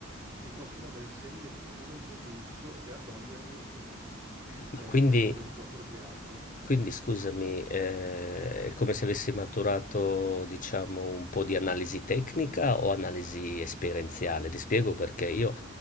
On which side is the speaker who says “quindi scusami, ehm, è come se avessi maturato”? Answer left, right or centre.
Left